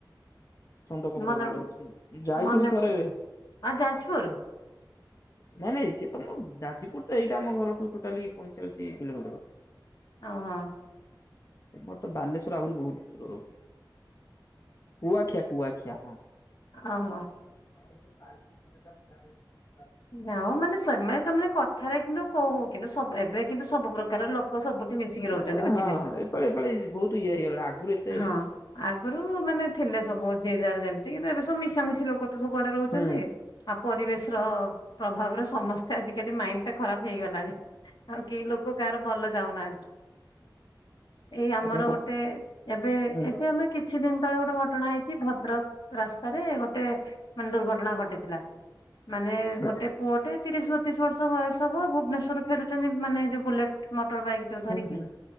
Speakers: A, on the left (about 40°); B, on the left (about 65°).
A: ଛନ୍ଦ କପଟ
B: ମନେ
A: ଗାଁଟେ ଅଛି ଯାଇଥିଲି
B: ମନେ
A: ଥରେ ଏବେ।
B: ଆ ଯାଜପୁର
A: <inaudible> ନାଇଁ ନାଇଁ ସିଏତମ ଯାଜପୁର ତ ଏଇଟା ଆମ ଘରଠୁ ଟୋଟାଲି ପଇଁଚାଳିଶ କିଲୋମିଟର।
B: ଓହୋ।
A: ତମର ତ ବାଲେଶ୍ଵର ଆହୁରି ବହୁତ। ର କୁଆଖିଆ କୁଆଖିଆ ହଁ।
B: ଓହୋ।
A: କ <inaudible>
B: ନାଉ ମାନେ ସେମାନେ ତାମାନେ କଥାରେ କିନ୍ତୁ କହୁ କିନ୍ତୁ ଏବେ କିନ୍ତୁ ସବୁ ପ୍ରକାର ଲୋକ ଲୋକ ସବୁଠି ମିଶିକି
A: ହଁ
B: ରହୁଛନ୍ତି ବୁଝିଲେ
A: ହଁ ଏପାଳି ଏପାଳି ବହୁତ ଇଏ ହେଇଗଲା ଆଗରୁ ଏତେ
B: ହଁ ଆଗରୁ ମାନେ ଥିଲେ ସବୁ ଯେ ଯାର ଯେମିତି କିନ୍ତୁ ଏବେ ସବୁ ମିଶାମିଶି ଲୋକ ତ ସବୁଆଡେ ରହୁଛନ୍ତି
A: ହୁଁ
B: ଆଉ ପରିବେଶ ର ପ୍ରଭାବରେ ସମସ୍ତେ ଆଜିକାଲି ମାଇଣ୍ଡ ଟା ଖରାପ ହେଇଗଲାଣି। ଆଉ କେହି ଲୋକ କାହାର ଭଲ ଚାହୁଁନାହାନ୍ତି ଏଇ ଆମର
A: ଆଉ କଣ କରୁ
B: ଗୋଟେ ଏବେ
A: ହୁଁ
B: ଏବେ ଆମର କିଛି ଦିନ ତଳେ ଗୋଟେ ଘଟଣା ହେଇଛି ଭଦ୍ରକ ରାସ୍ତାରେ ଗୋଟେ ମାନେ ଦୁର୍ଘଟଣା ଘଟିଥିଲା ମାନେ
A: ହୁଁ
B: ଗୋ ଟେ ପୁଅଟେ ତିରିଶ ବତିଶ ବର୍ଷ ବୟସ ହବ ଭୁବନେଶ୍ୱରରୁ ଫେରୁଛନ୍ତି ମାନେ ଯୋଉ ବୁଲେଟ ମଟର ବାଇକ୍ ଯୋଉ ଧର
A: ହୁଁ
B: କି।